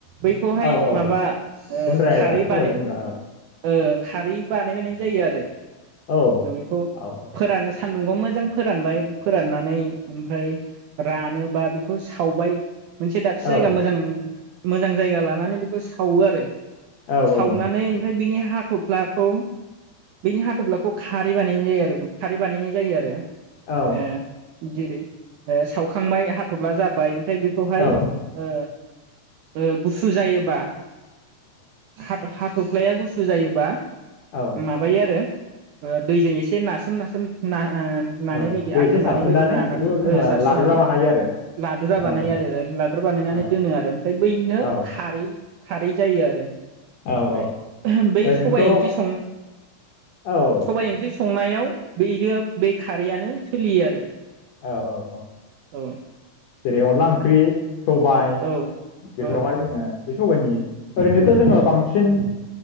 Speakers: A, on the right; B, on the left.
A: बैखौहाय
B: औ औ
A: माबा ओ
B: गुन्द्राया
A: खारै
B: सबाइ
A: बानाय
B: गुन्द्रा औ
A: ओ खारै बानायबायनाय जायो आरो
B: औ
A: जों बेखौ
B: औ
A: फोरानो सा सान्दुंगाव मोजां फोरानबाय फोराननानै ओमफ्राय रानोबा बेखौ सावबाय मोनसे दाबसे
B: औ
A: जायगा मोजां मोजां जायगा लानानै बेखौ सावो आरो।
B: औ
A: सावनानै
B: औ नंगौ
A: ओमफ्राय बिनि हाथफ्लाखौ बेनि हाथफ्लाखौ खारै बानायनाय जायो आरो खारै बानायनाय जायो आरो।
B: औ
A: ए जेरै ओ सावखांबाय हा थब्ला जाबाय ओमफ्राय बेखौहाय
B: औ
A: ओ ओ गुसु जायोबा हाट हाटब फ्लाया गु सु जायोबा
B: औ
A: माबायो आरो ओ दैजों एसे नासोम नासोम ना ओ नानाय
B: औ
A: बायदि
B: दै
A: आथा
B: एसे
A: नानाय
B: सारस्रोनानै
A: बायदि नानानै
B: बेखौ जोङो
A: ओ दैसारस्रिनानै
B: लादुरा बानायो आरो
A: लादुरा बानायो
B: औ
A: आरो ओ लादुरा बानायनानै
B: औ
A: दोनो आरो ओमफ्राय बैनिनो
B: औ
A: खारै खारै जायो आरो। ओमफ्राय
B: औ औ
A: बेै
B: ओरैनोथ'
A: सबाइ
B: औ
A: ओंख्रि सं
B: औ
A: सबाइ ओंख्रि संनायाव बैदो बे खारैयानो सोलियो आरो।
B: औ औ औ
A: औ
B: जेरै अनला ओंख्रि सबाय
A: औ
B: बेफोरावहाय
A: औ
B: जोङो बे सबायाइनि ओरैनोथ' जोङो बांसिन